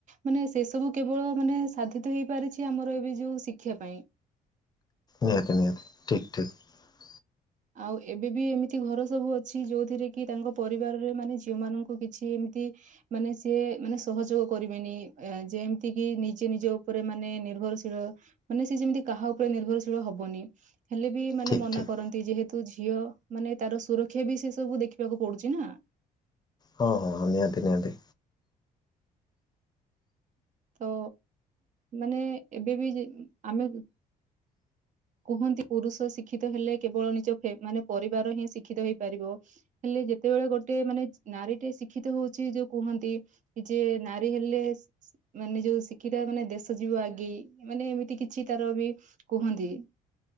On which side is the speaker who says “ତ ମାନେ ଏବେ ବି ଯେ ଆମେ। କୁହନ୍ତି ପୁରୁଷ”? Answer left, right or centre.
Right